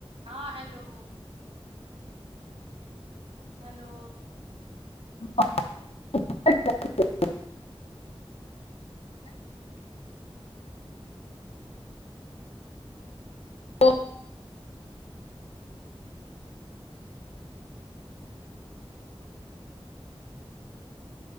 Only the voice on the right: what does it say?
हँ हेलो हेलो